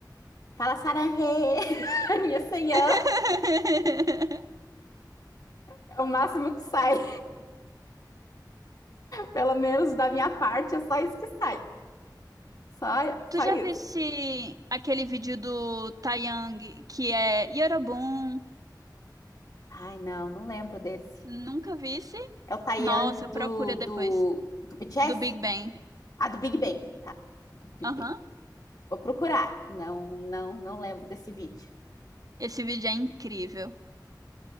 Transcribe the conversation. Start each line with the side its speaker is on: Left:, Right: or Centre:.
Left: Fala sarahê, <laughs> minha senhã.
Right: <laughs>
Left: É o máximo que sai, pelo menos da minha parte, é só isso que sai. Só,
Right: Tu
Left: só
Right: já
Left: isso.
Right: visse aquele vídeo do Taeyang que é Yorobun?
Left: Ai, não, não lembro desse.
Right: Nunca visse?
Left: É o Taeyang
Right: Nossa, procura
Left: do,
Right: depois.
Left: do, do BTS?
Right: Do Big Bang.
Left: Ah, do Big Bang. Tá, do Big
Right: Aham.
Left: Bang. Vou procurar. Não, não, não lembro desse vídeo.
Right: Esse vídeo é incrível.